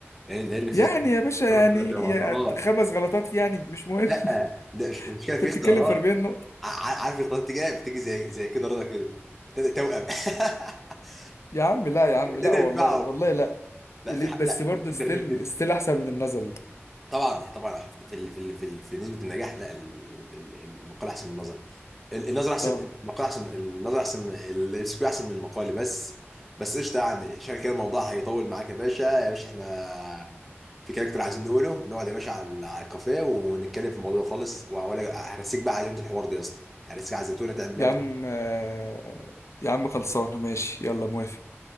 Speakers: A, in the centre; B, on the left (about 80°).
A: لأن لأن في
B: يعني
A: ساعات
B: يا باشا
A: اختيارات
B: يعني
A: بتبقى
B: يا
A: شبه بعضها اه
B: خمس غلطات يعني مش مهم
A: لا
B: <laughs>
A: ده مش- مش كده
B: انت
A: في اختيارات
B: بتتكلم في 40 نقطة
A: ع- ع- عارف الاختيارات دي جايه بتيجي زي زي كده رضا كده تد- توأم <laughs>
B: يا عم لا يا عم لا
A: تبدأ
B: والله
A: ينفعوا
B: والله لا
A: لا
B: ليه
A: في حق
B: بس
A: لا
B: برضه
A: في مدربين
B: ستيل
A: كده
B: ستيل احسن من النظري
A: طبعا طبعا عشان في ال في ال في, ال في نسبة النجاح لا ال- ال- المقالة أحسن من النظري النظر احسن
B: طبعا
A: المقال احسن النظر احسن السكيو احسن من المقال بس بس قشطه يعني عشان كده الموضوع هيطول معاك يا باشا يا باشا احنا في كاركتر عايزين نقوله نقعد يا باشا على على الكافيه ونتكلم في الموضوع ده خالص ولا هرسيك بقى على عزيمه الحوار ده يا اسطى هرسيك على الزيتونه تعمل
B: يا
A: ايه
B: عم آه، يا عم خلصانة ماشي يلا موافق